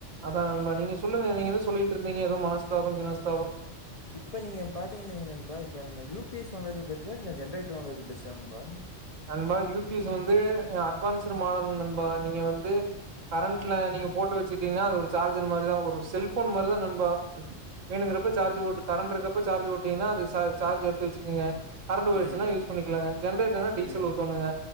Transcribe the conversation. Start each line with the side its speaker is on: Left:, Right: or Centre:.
Right: அத நண்பா நீங்க சொல்லுங்க நீ ஏதோ சொல்லிட்டு இருந்தீங்க ஏதோ மனஸ்தாப கினஸ்தா
Left: இப்ப நீங்க பாத்தீங்கன்னு வைங்க நண்பா இப்ப நம்ம யூ பி எஸ் வாங்கறது பெ ட்ரே நா ஜென்ரெட்டர் வாங்கறது பெஸ்ட்டா நண்பா
Right: நண்பா யூ பி எஸ் வந்து அட்வான்ஸ்ட் மாடல் நண்பா நீங்க வந்து கரண்ட்ல நீங்க போட்டு வச்சுட்டீங்கன்னா அது ஒரு சார்ஜர் மாரிதா ஒரு செல்ஃபோன் மாரிதா நண்பா வேணுங்கிறப்ப சார்ஜ்
Left: ம்.
Right: போட்டு கரண்ட் இருக்கப்ப சார்ஜ் போட்டீங்கன்னா அது ச சார்ஜ் எடுத்து வச்சுக்கங்க கரண்ட் போயிருச்சுன்னா
Left: ம்.
Right: யூஸ் பண்ணிக்கலாங்க ஜென்ரேட்டர்ன்னா டீசல்
Left: ம்.
Right: ஊத்தோனுங்க